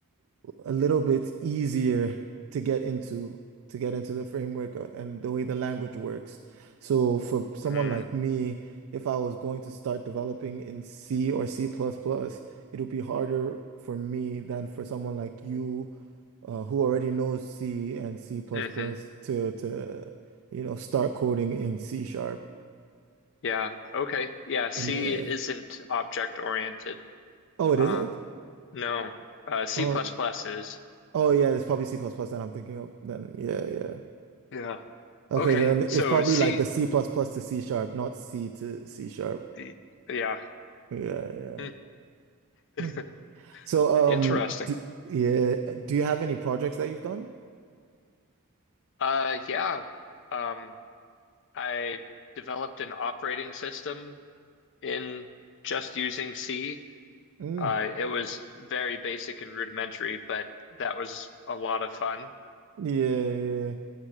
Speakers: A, on the right (about 65°); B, on the left (about 55°).
A: a little bit easier to get into to get into the framework uh, and the way the language works. So for someone
B: Mm,
A: like me, if I was going to start developing in C or C++, plus plus, it would be harder for me than for someone like you uh, who already knows C and C++ plus
B: hmm
A: plus to to you know start coding in C sharp.
B: Yeah. Okay. Yeah. C
A: Yeah.
B: isn't object oriented.
A: Oh, it
B: Um,
A: isn't?
B: no. Uh, C
A: Oh,
B: plus plus is.
A: oh yeah, it's probably C++ plus plus that I'm thinking of then. Yeah, yeah.
B: Yeah.
A: Okay,
B: Okay.
A: then
B: So
A: it's probably
B: C.
A: like the C plus plus to C sharp, not C to C sharp.
B: y- Yeah.
A: Yeah, yeah.
B: Hmm.
A: Hmm.
B: <laughs>
A: So, um,
B: Interesting.
A: d yeah, do you have any projects that you've done?
B: Uh, yeah. Um, I developed an operating system in just using C.
A: Mm.
B: Uh, it was very basic and rudimentary, but that was a lot of fun.
A: Yeah, yeah.